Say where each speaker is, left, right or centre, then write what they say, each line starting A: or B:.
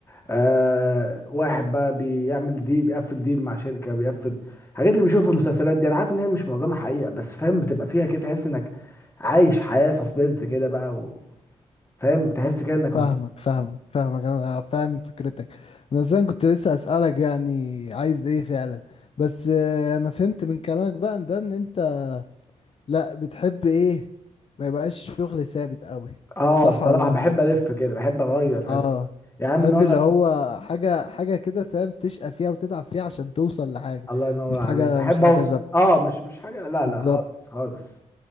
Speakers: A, on the left; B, on the left.
A: آه واحد بقى بيعمل دي بيقفل ديل مع شركه بيقفل الحاجات اللي بنشوفها في المسلسلات دي انا عارف ان هي مش معظمها حقيقه بس فاهم بتبقى فيها كده تحس انك عايش حياه سسبنس كده بقى و... فاهم تحس كده انك
B: فاهمك
A: مبسوط
B: فاهمك فاهمك انا فاهم فكرتك انا اصلا كنت لسه اسألك يعني عايز ايه فعلا بس آه، انا فهمت من كلامك بقى ان ده ان انت لا بتحب ايه ما يبقاش شغل ثابت قوي
A: اه
B: صح
A: صراحه
B: ولا انا
A: بحب الف كده بحب اغير فاهم
B: اه
A: يعني
B: تحب
A: أنا من نوع
B: اللي هو حاجة حاجة كده فاهم تشقى فيها وتتعب فيها عشان توصل لحاجة
A: الله ينور
B: مش
A: عليك
B: حاجة
A: احب
B: مش حاجة
A: اوصل
B: زب
A: اه مش مش حاجه لا
B: بالظبط
A: لا خالص خالص